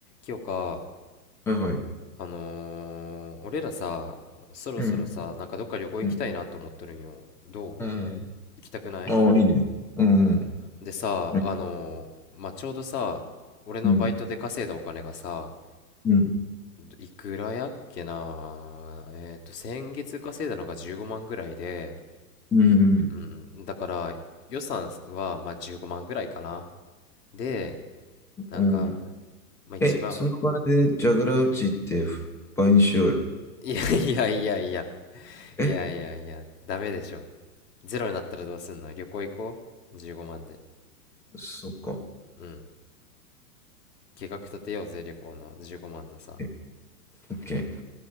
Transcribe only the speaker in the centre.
はいはい。
うん。
うん。
うん。
ああ、いいね。うん。
うん。
うん。うん。
うん。
うん
え、その場でジャグラー打ちって倍にしようよ。
え、
そっか。
え、オッケー。